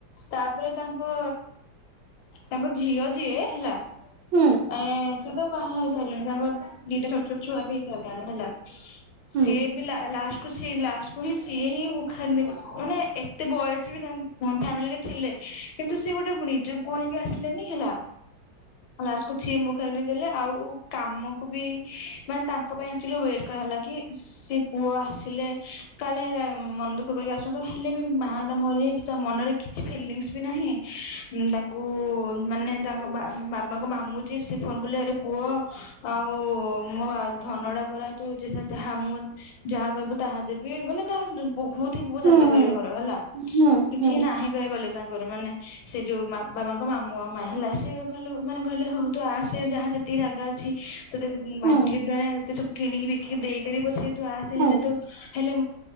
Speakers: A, on the left; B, on the right.
A: ତାପରେ ତାଙ୍କ ତାଙ୍କ ଝିଅ ଯିଏ ହେଲା
B: ହୁଁ
A: ଏ ସେ ତ ବାହା ହେଇ ସାରିଲାଣି ତାଙ୍କ ଦିଟା ଛୋଟ ଛୋଟ ଛୁଆ ବି ହେଇ ସାରିଲାଣି ହେଲା
B: ହୁଁ
A: ସିଏ ବି ଲାଷ୍ଟ ସେ ଲାଷ୍ଟକୁ ହିଁ ସିଏ ହିଁ ମୁଁ ଖା ମାନେ ଏତେ ବୟସ ବି ତାଙ୍କ ଫ୍ୟାମିଲି ରେ ଥିଲେ କିନ୍ତୁ ସେ ଗୋଟେ ନିଜ ପୁଣୀକୁ ଆସିଲେନି ହେଲା
B: ହ
A: ଲାଷ୍ଟ କକୁ ଛିି ମୁଖେଣି ଦେଲେ ଆଉ କାମକୁ ବି ମାନେ ତାଙ୍କ ପାଇଁ ଆସିଲୁ ୱେଟ୍ କରାହେଲା କି ସେ ପୁଅ ଆସ ଥିଲେ କାଳେ ମନ ଦୁଃଖ କରିକ ଆସୁ ହେଲେ ବି ମା ଟା ମରିଯାଇଛି ତା ମନରେ କିଛି ଫିଲଙ୍ଗସ୍ ବି ନାହିଁ ତାଙ୍କୁ ମାନେ ତାଙ୍କ ବାବାଙ୍କ ମାମୁଛି ସେ ଫୋନ କଲେ ହୁହ ଆଉ ମୋ ଧନ ଟା ପରା ତ ଯାହା ମୁଁ ଯାହା କହିବୁ ତାହା ଦେବି ମାନେ ତାହା ବହୁତ ହିଁ ବହୁତ
B: ହୁଁ
A: ଜନ୍ଦା କରିବ
B: ହୁଁ
A: ଘର ହେଲା
B: ହୁଁ
A: କିଛି
B: ହୁଁ
A: ନାହିଁ କହ ଗଲେ ତାଙ୍କର ମାନେ ସେ ଯୋଉ ବାବାଙ୍କ ମାମୁଁ ଆଉ ମା ହେଲା ସେ କହିଲ ମାନେ କହିଲେ ହଉ ତୁ ଆ ସେ ଯାହା ଯେତିକି ଜାଗା ଅଛି ତତେ
B: ହୁଁ
A: ବାଟିକି ଦୁ ଏତେ ସବୁ କିଣିକି ବିକି ଦେଇଦେବି ପଛେଇ ତୁ ଆସେ
B: ହୁଁ
A: ହେଲେ ତୋ ହେଲେ